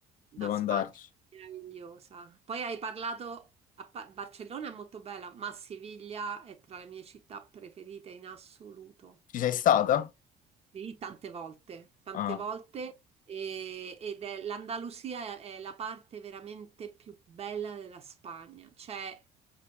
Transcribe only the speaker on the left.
devo
andarci.
Ci sei stata?
Ah,